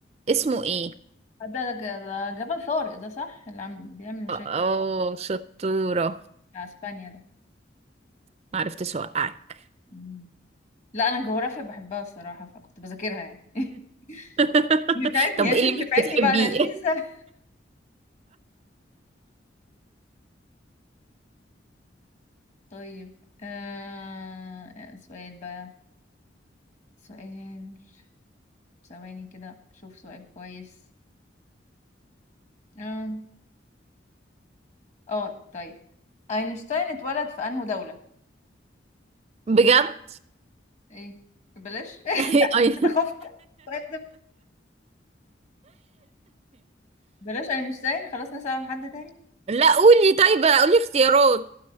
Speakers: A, on the right; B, on the left.
A: اسمه إيه؟
B: ده ده ده جبل طارق ده صح اللي عم بيعمل مشاكل
A: اه شطورة
B: بتاع اسبانيا ده
A: معرفتش أوقعك
B: مم. لا انا الجغرافيا بحبها الصراحه فكنت بذاكرها يعني <laughs>
A: <laughs>
B: نفعتني
A: طب
B: اشوف
A: إيه اللي
B: نفعتني
A: مش بتحبيه؟
B: بعد 20 سنه طيب آه... سؤال بقى سؤال ثواني كده شوف سؤال كويس اه اه طيب اينشتاين اتولد في انهو دولة
A: بجد؟
B: ايه بلاش
A: <laughs>
B: <laughs>
A: أي-
B: انا خفت السؤال ده بلاش اينشتاين خلاص نسأل عن حد تاني
A: لا قولي طيب قولي اختيارات